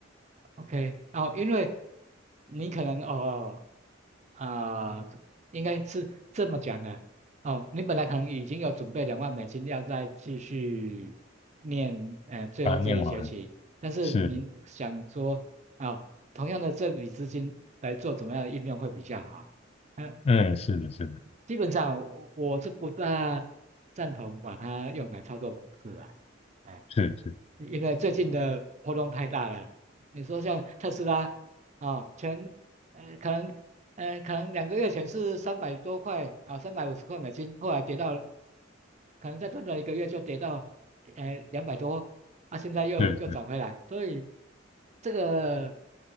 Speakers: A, on the right; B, on the left.
A: OK，哦，因为你可能哦啊、呃应该是这么讲的哦，你本来可能已经有准备两万美金要再继续念呃最后这一学期，
B: 把它念完
A: 但是您想说啊、
B: 是，
A: 哦，同样的这笔资金来做怎么样的运用会比较好？呃，
B: 嗯，是的，是的，
A: 基本上我我是不大赞同把它用来操作股市的，哎，
B: 是是
A: 因为最近的波动太大了。你说像特斯拉啊，前呃可能呃可能两个月前是三百多块啊，三百五十块美金，后来跌到可能再短短一个月就跌到呃两百多，啊现在又又涨回来，
B: 是
A: 所以这个